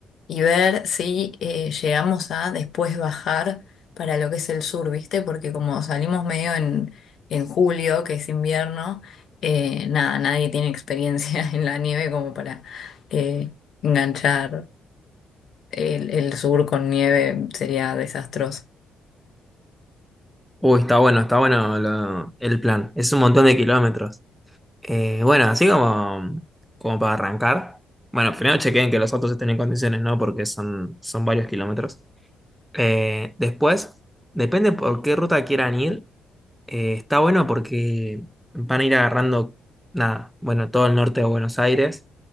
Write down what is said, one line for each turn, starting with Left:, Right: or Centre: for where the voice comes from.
Left: y ver si eh, llegamos a después bajar para lo que es el sur, ¿viste? Porque como salimos medio en, en julio, que es invierno, eh, nada, nadie tiene experiencia <laughs> en la nieve como para eh, enganchar el, el sur con nieve, sería desastroso.
Centre: Uy, está bueno, está bueno lo- el plan. Es un montón de kilómetros. Eh, bueno, así como, como para arrancar. Bueno, primero chequen que los autos estén en condiciones, ¿no? Porque son, son varios kilómetros. Eh, después, depende por qué ruta quieran ir, eh, está bueno porque van a ir agarrando, nada, bueno, todo el norte de Buenos Aires.